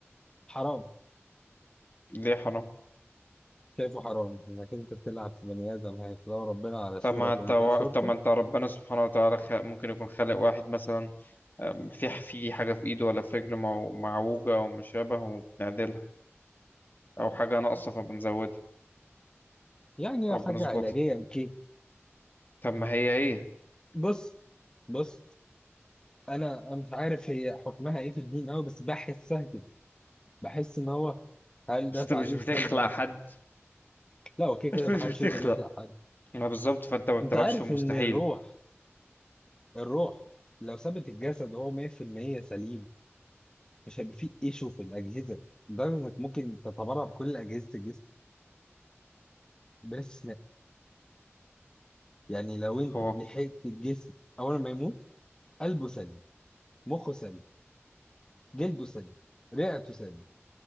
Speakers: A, on the left (about 15°); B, on the left (about 45°).
A: حرام
B: ليه حرام
A: شايفه حرام انك انت بتلعب في بني ادم هيخلقه ربنا على صوره
B: طب ما
A: تقوم
B: انت وا-
A: غير صورته
B: طب ما انت ربنا سبحانه وتعالى خ- ممكن يكون خالق واحد مثلا آم، في في حاجة في ايده ولا في رجله مع- معوجة او مشابه وبنعدلها او حاجة ناقصة فبنزودها
A: يعني
B: او
A: حاجه
B: بنظبطها
A: علاجيه اوكي
B: طب ما هي هي
A: بص بص انا أنا مش عارف هي حكمها ايه في الدين قوي بس بحسها كده بحس ان هو هل
B: بس
A: ده
B: انت
A: تعديل
B: مش بتخلق
A: في خلق ربنا
B: حد
A: لا هو كده كده
B: انت
A: ما
B: مش
A: حدش
B: بتخلق
A: يقدر يخلق حد
B: ما بالظبط فانت ما بتلعبش
A: انت عارف
B: في المستحيل
A: ان الروح الروح لو ثبت الجسد وهو 100% سليم مش هيبقى فيه ايشو في الاجهزه لدرجه انك ممكن تتبرع بكل اجهزه الجسم بلا استثناء يعني لو انت
B: هو
A: لحقت الجسم اول ما يموت قلبه سليم مخه سليم جلده سليم رئته سليم